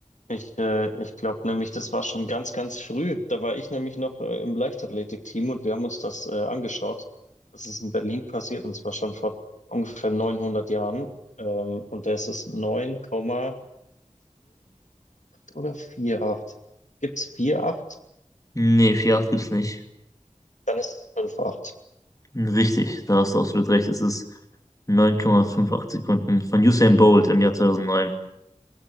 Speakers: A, on the left (about 70°); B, on the left (about 25°).
A: ich, äh, ich glaube nämlich, das war schon ganz, ganz früh. Da war ich nämlich noch äh, im Leichtathletikteam und wir haben uns das äh, angeschaut. Das ist in Berlin passiert und zwar schon vor ungefähr 900 Jahren. Ähm, und da ist es 9,58 oder 4,8. Gibt es 4,8?
B: Nee, vier Komma acht gibt's nicht.
A: Dann ist es 5,8.
B: Richtig, da hast du absolut recht. Es ist 9,58 Sekunden von Usain Bolt im Jahr 2009.